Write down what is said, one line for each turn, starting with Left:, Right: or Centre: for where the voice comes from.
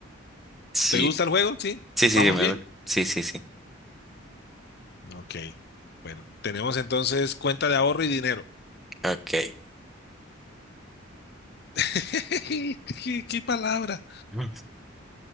Centre: Sí.
Left: ¿Te gusta el juego? ¿Sí?
Centre: Sí, sí,
Left: ¿Vamos
Centre: sí, me
Left: bien?
Centre: gusta. Sí, sí, sí.
Left: Ok. Bueno, tenemos entonces cuenta de ahorro y dinero.
Centre: Ok.
Left: <laughs> ¿Qué, qué palabra?
Centre: Mm.